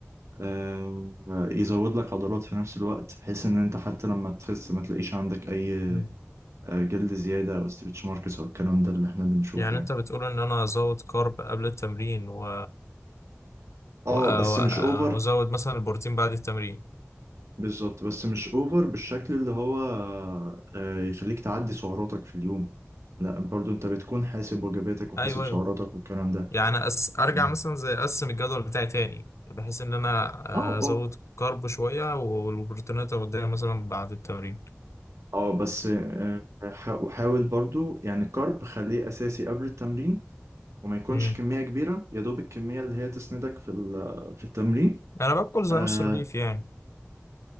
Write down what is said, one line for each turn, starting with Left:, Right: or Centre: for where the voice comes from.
Right: آه، يزود لك عضلات في نفس الوقت بحيث ان انت حتى لما تخس ما تلاقيش عندك اي
Left: مم.
Right: آه، جلد زيادة او ستريتش ماركس او الكلام ده اللي احنا بنشوفه
Left: يعني
Right: يعني
Left: انت بتقول ان انا ازود كارب قبل التمرين و...
Right: اه
Left: و... و...
Right: بس مش اوفر
Left: وازود مثلا البروتين بعد التمرين
Right: بالظبط بس مش اوفر بالشكل اللي هو آه، يخليك تعدي سعراتك في اليوم لا برضو انت بتكون حاسب وجباتك وحاسب
Left: ايوه
Right: سعراتك
Left: ايوه
Right: والكلام ده
Left: يعني أس... ارجع
Right: اه
Left: مثلا زي اقسم الجدول بتاعي تاني بحيث ان انا
Right: اه
Left: آه، ازود
Right: اه
Left: كارب شويه والبروتينات اوديها مثلا بعد التمرين
Right: آه، بس آه، حا- وحاول برضو يعني الكارب خليه اساسي قبل التمرين وما يكونش
Left: مم.
Right: كمية كبيرة يا دوب الكمية اللي هي تسندك في ال- في التمرين
Left: انا باكل زي
Right: آه
Left: نص رغيف يعني